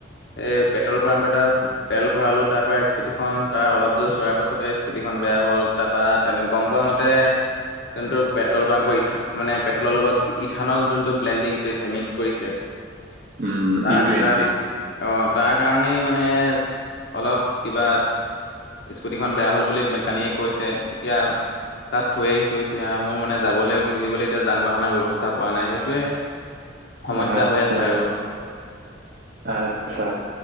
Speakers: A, on the left; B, on the right.
A: এই পেট্ৰল পাম্প এটাত তেল ভৰালো তাৰ পৰা স্কুটিখন তাৰ অলপ দূৰ চোৱাৰ পাছতে স্কুটিখন বেয়া হ'ল তাৰ পৰা তেনে গম পোৱা মতে যোনটো পেট্ৰল পাম্পৰ ইথা মানে পেট্ৰলৰ লগত ইথানল যোনটো ব্লেণ্ডিং কৰিছে মিক্স কৰিছে
B: উম
A: <unintelligible>
B: ই টুৱেণ্টি
A: অ তাৰ কাৰণেই মানে অলপ কিবা স্কুটিখন বেয়া হ'ল বুলি মেকানিকে কৈছে এতিয়া তাত থৈ আহিছো এতিয়া মোৰ মানে যাবলৈ মিলিবলৈ এতিয়া যান - বাহনৰ ব্যৱস্থা পোৱা নাই সেইটোয়ে সমস্যা
B: আচ্ছা
A: হৈ আছে আৰু।
B: আচ্ছা,